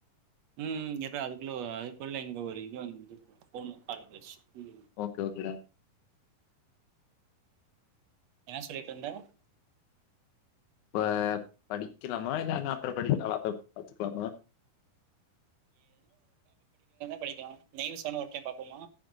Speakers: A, on the right (about 65°); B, on the left (about 70°).
A: உம் உம் இருர அதுக்குள்ள அதுக்குள்ள இங்க ஒரு இது வந்து போன் கான்பரன்ச உம்
B: ஓகே ஓகேடா
A: என்ன சொல்லிட்டு இருந்த?
B: பா படிக்கலாமா இல்ல அனா அப்புறம் படிக்கலா பாத்துக்கலாமா
A: படிக்கலா நீங்க சொன்னா ஒரு டைம் பாபோமா